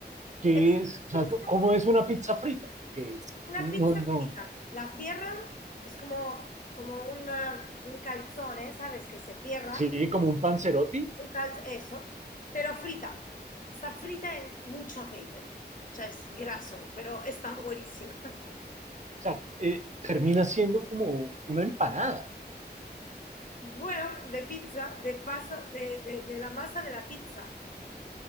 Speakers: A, on the right; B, on the left.
A: qué
B: Es
A: es? O
B: pizza
A: sea, ¿cómo es una pizza frita? Que
B: Una
A: no,
B: pizza
A: no,
B: fija, la cierran, es como, como una, un calzone, ¿sabes? Que se cierra,
A: sí, como un panzerotti.
B: un calzo, eso, pero frita. Está frita en mucho aceite, o sea, es graso, pero está
A: O
B: buenísima. <laughs>
A: sea, eh, termina siendo como una empanada.
B: Bueno, de pizza, de pasa, de, de, de la masa de la pizza,